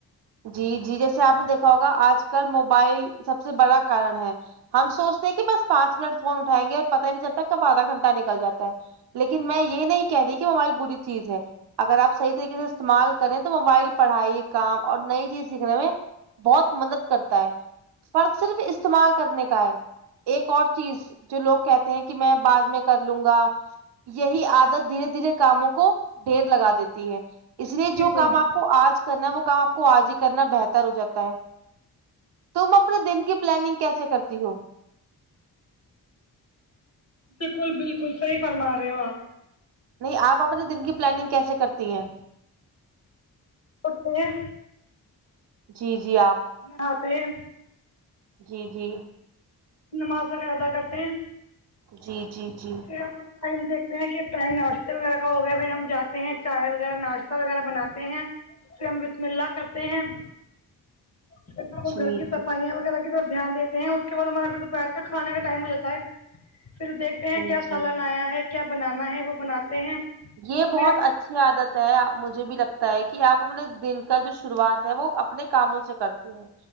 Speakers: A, on the right; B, on the left.
A: جی جی جیسے آپ نے دیکھا ہوگا آج کل موبائل سب سے بڑا کارن ہے ہم سوچتے ہیں کہ بس پانچ منٹ فون اٹھائیں گے اور پت ہی نہیں چلتا کب آدھا گھٹہ نکل جاتا ہے لیکن میں یہ نہیں کہہ رہی کہ موبائل بری چیز ہے اگر آپ صحیح طریقے سے استعمال کریں تو موبائل پڑھائی کام اور نئی چیز سیکھنے میں بہت مدد کرتا ہے فرق صرف استعمال کرنے کا ہے ایک اور چیز جو لوگ کہتے ہیں کہ میں بعد میں کر لوں گا یہی عادت دھیرے دھیرے کاموں کو ڈھیر لگا دیتی ہے اس لیے
B: بالکل
A: جو کام آپ کو آج کرنا ہے وہ کام آپ کو آج ہی کرنا بہتر ہو جاتا ہے تم اپنے دن کی پلاننگ کیسے کرتی ہو
B: بالکل بالکل صحیح فرما رہے ہو آپ
A: نہیں آپ اپنے دن کی پلاننگ کیسے کرتی ہیں
B: اٹھتے ہیں
A: جی جی آپ
B: نہتے ہے
A: جی جی
B: نماز وغیرہ ادا کرتے ہیں
A: جی جی جی
B: پھر ہم ٹائم دیکتے ہیں کہ ٹائم ناشتے وغیرہ کا ہو گیا ہے پھر ہم جاتے ہیں چائے وغیرہ ناشتے وغیرہ بناتے ہیں پھر ہم بسم اللہ کرتے ہیں پھر وہ
A: جی
B: گھر کی صفائیاں وغیرہ کی دھیان دیتے ہیں اس کے بعد ہمارا پھر دوپہر کا کھانے کا ٹائم ہو جاتا ہے پھر دیکھتے
A: جی
B: ہیں
A: جی
B: بنایا ہے کیا بنانا ہے وہ بناتے ہیں
A: یہ بہت
B: پھر ہم
A: اچھا عادت ہے مجھے بھی لگتا ہے کہ آپ اپنے دن کا جو شروعات ہے وہ اپنے کاموں سے کرتے ای